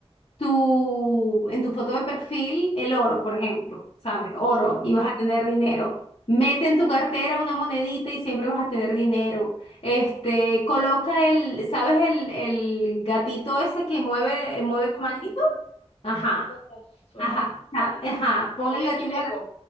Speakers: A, on the left (about 65°); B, on the left (about 80°).
A: tu, en tu foto de perfil el oro, por ejemplo, ¿sabes? Oro
B: <laughs>
A: y vas a tener dinero. Mete en tu cartera una monedita y siempre vas a tener dinero. Este, coloca el, ¿sabes? El, el gatito ese que mueve,
B: Ujú,
A: mueve la manito.
B: y
A: Ajá,
B: El gatito de la suerte.
A: ajá, ja- ajá. Pon
B: Maneki
A: el gatito
B: Neko.
A: a la,